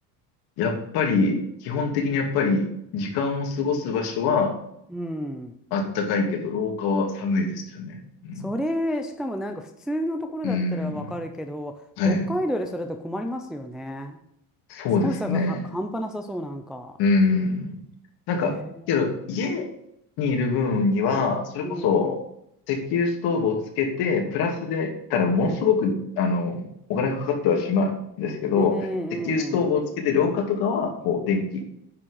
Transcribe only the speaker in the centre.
うん。
それ、しかもなんか普通のところだったらわかるけど、
北海道でそれだと困りますよね。
寒さがは半端なさそう、なんか。
へえ。
うん。
うんうん。